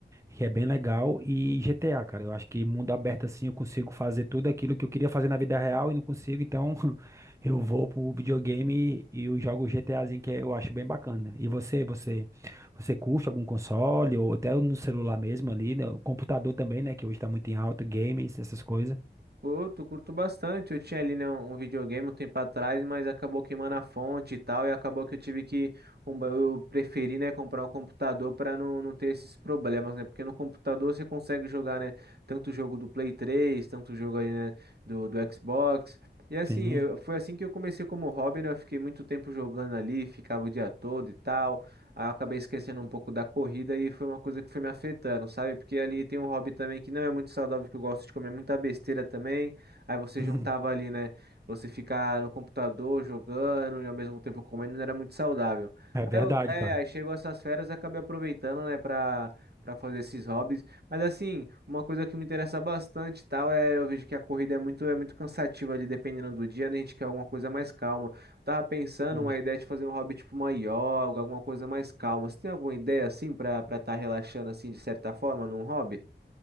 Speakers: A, on the right; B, on the right.
A: que é bem legal. E GTA, cara, eu acho que mundo aberto assim eu consigo fazer tudo aquilo que eu queria fazer na vida real e não consigo, então <laughs> eu vou pro videogame e eu jogo o GTAzinho que eu acho bem bacana. E você, você, você curte algum console ou até no celular mesmo ali, né? O computador também, né, que hoje tá muito em alta, games, essas coisas.
B: Curto, curto bastante. Eu tinha ali, né, um videogame um tempo atrás, mas acabou queimando a fonte e tal, e acabou que eu tive que, com- eu preferi, né, comprar um computador para não, não ter esses problemas, né? Porque no computador você consegue jogar, né, tanto o jogo do Play 3, tanto o jogo ali né, do, do Xbox. E assim,
A: Sim.
B: eu- foi assim que eu comecei como hobby, né? Eu fiquei muito tempo jogando ali, ficava o dia todo e tal. Aí eu acabei esquecendo um pouco da corrida e foi uma coisa que foi me afetando, sabe? Porque ali tem um hobby também que não é muito saudável, que eu gosto de comer muita besteira também. Aí você
A: <laughs>
B: juntava ali, né? Você ficar no computador jogando e ao mesmo tempo comendo não era muito saudável.
A: É
B: Aí,
A: verdade,
B: eu, é,
A: cara.
B: aí chegou essas férias e acabei aproveitando, né, pra, pra fazer esses hobbies. Mas assim, uma coisa que me interessa bastante, e tal, é eu vejo que a corrida é muito, é muito cansativa ali, dependendo do dia, né? A gente quer alguma coisa mais calma. Tava pensando
A: Sim.
B: uma ideia de fazer um hobby tipo uma yoga, alguma coisa mais calma. Você tem alguma ideia assim pra para estar relaxando assim de certa forma num hobby?